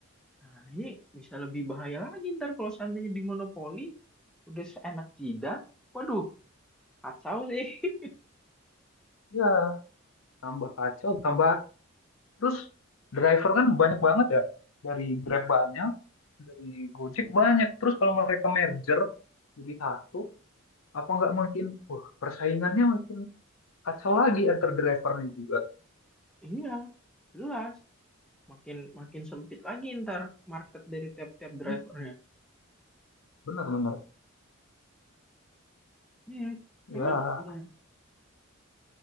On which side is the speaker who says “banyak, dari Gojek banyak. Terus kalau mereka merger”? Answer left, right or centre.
Left